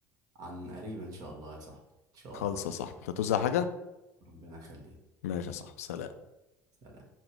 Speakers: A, on the right (about 50°); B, on the left (about 75°).
A: عن قريب ان شاء الله يا صاحبي ان شاء
B: خالص
A: الله
B: يا صاحبي انت توزع حاجة
A: ربنا يخليك
B: ماشي يا صاحبي سلام
A: سلام